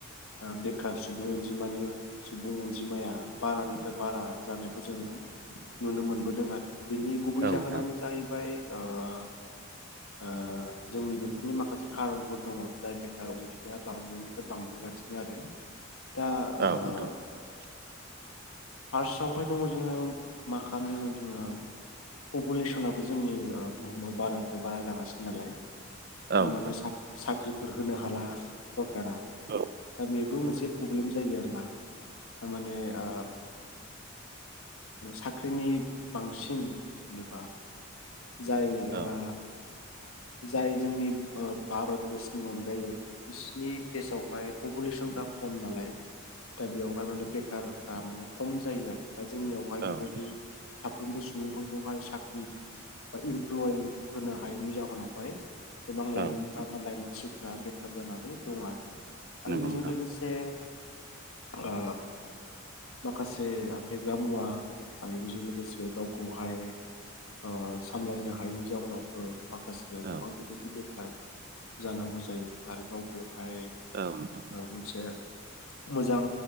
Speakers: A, on the left; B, on the right.
A: ओ बेखार सुबुं। जिमानियो सुबुं अनजिमाया बारानिफ्राय बारा जानायखौ जोङो नुनो मोनबोदों आरो। बिनि गुबै जाहोनानो
B: नोंथां
A: जाहैबाय ओ-ओ जोंनि। बेफोरनि माखासे कारनफोर दङ जाय बेखारार अनजिमाया बांनायनिफ्राय बांबोगासिनो आरो। दा ओ।
B: औ नोंथां <unintelligible>
A: फार्स्टावहाय दङ जोङो मा खालामनांगोन जोङो। पपुलेसनाबो जोंनि ओ बुहुमाव बारानिफाय बारा जागासिनो नालाय।
B: औ
A: थारमाने
B: नोंथां
A: साख साख्रिफोर होनो हाला सरखारा।
B: औ
A: दा बेबो मोनसे प्रब्लेम जायो आरो। जेनेबा थारमाने ओ साख्रिनि। बांसिन जेनेबा। जायो
B: औ
A: ओ। जाय जोंनि ओ भारत देशनि अनगायै बिसिनि देशावहाय पपुलेसन। दा खम नालाय दा बेयावहाय माने बेखारफ्रा माने खम जायो आरो दा जोंनियावहाय बेबायदि
B: औ नोंथां
A: साफ्रोमबो सुबुंफोरखौहाय साख्रि बा इमप्लय होनो हायैनि जाहोनावहाय गोबां लाइमोनफ
B: औ नोंथां
A: बा लाइमोन बेखार जानानै दं आरो आरो
B: नंगौ
A: बेजों
B: नोंथां
A: लोगोसे ओ माखासे फेग्रा मुवा आरो बेजों लोगोसे गावखौहाय ओ सामलायनो हायैनि जाहोनावबो माखासे गोबांथदि
B: औ
A: बेखार जानांगौ जायो आरो गावखौ हाय
B: औ नोंथां
A: मोनसे मोजां